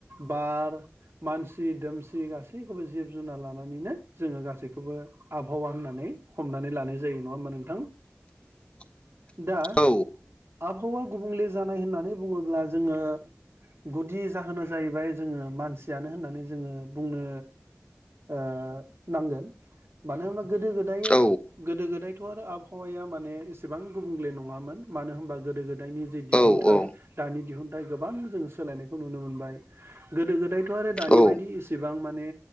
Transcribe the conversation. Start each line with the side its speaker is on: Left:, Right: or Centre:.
Right: बार मानसि दोमसि गासैखौबो जिब जुनार लानानैनो जोङो गासैखौबो आबहावा होननानै हमनानै लानाय जायो नङा होमबा नोंथां
Left: <inaudible>
Right: दा
Left: औ
Right: आबहावा गुबुंले जानाय होननानै बुङोब्ला जोङो गुदि जाहोना जाहैबाय जोङो मानसियानो होननानै जोङो बुंनो ओ नांगोन मानो होनबा गोदो गोदाय
Left: औ
Right: गोदो गोदायथ' आरो आबहावाया माने एसेबां गुबुंले नङामोन मानो होनबा गोदो गोदाय दायनि जे दिहुनथाइ
Left: औ औ
Right: दानि दिहुनथाइ गोबां जोङो सोलायनायखौ नुनो मोनबाय गोदो गोदायथ' आरो दानि
Left: औ
Right: बायदि इसेबां माने